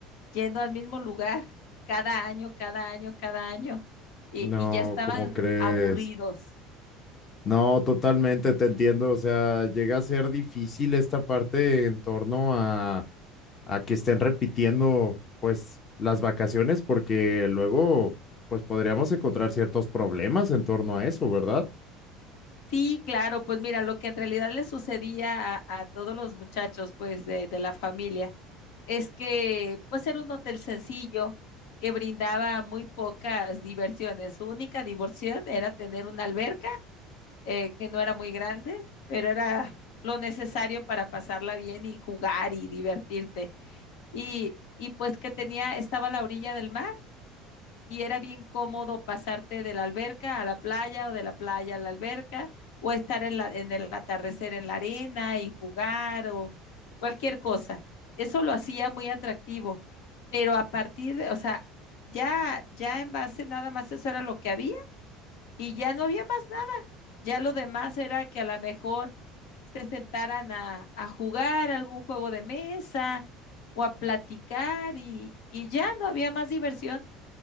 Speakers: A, on the left; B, on the left.
A: yendo al mismo lugar cada año, cada año, cada año y,
B: No,
A: y ya estaban
B: ¿cómo crees?
A: aburridos.
B: No, totalmente te entiendo. O sea, llega a ser difícil esta parte en torno a, a que estén repitiendo, pues, las vacaciones, porque luego, pues, podríamos encontrar ciertos problemas en torno a eso, ¿verdad?
A: Sí, claro, pues mira, lo que en realidad le sucedía a, a todos los muchachos pues de, de la familia es que pues era un hotel sencillo que brindaba muy pocas diversiones. Su única diversión era tener una alberca eh, que no era muy grande, pero era lo necesario para pasarla bien y jugar y divertirte. Y, y pues que tenía, estaba a la orilla del mar y era bien cómodo pasarte de la alberca a la playa o de la playa a la alberca o estar en, la, en el atardecer en la arena y jugar o cualquier cosa. Eso lo hacía muy atractivo, pero a partir de, o sea, ya, ya en base nada más eso era lo que había y ya no había más nada. Ya lo demás era que a lo mejor se sentaran a, a jugar algún juego de mesa o a platicar y, y ya no había más diversión.